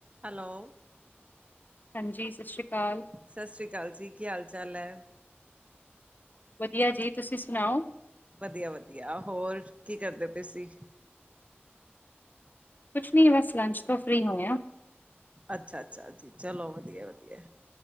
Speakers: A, on the right; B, on the left.
A: Hello,
B: ਹਾਂਜੀ ਸਤਿ ਸ਼੍ਰੀ ਅਕਾਲ।
A: ਸਤਿ ਸ੍ਰੀ ਅਕਾਲ ਜੀ, ਕੀ ਹਾਲ ਚਾਲ ਹੈ?
B: ਵਧੀਆ ਜੀ ਤੁਸੀਂ ਸੁਣਾਓ?
A: ਵਧੀਆ ਵਧੀਆ, ਹੋਰ ਕੀ ਕਰਦੇ ਪਏਸੀਂ?
B: ਕੁਛ ਨਹੀਂ, ਬਸ ਲੰਚ ਤੋਂ ਫਰੀ ਹੋਏ ਹ।
A: ਅੱਛਾ ਅੱਛਾ ਜੀ, ਚਲੋ ਵਧੀਆ ਵਧੀਆ।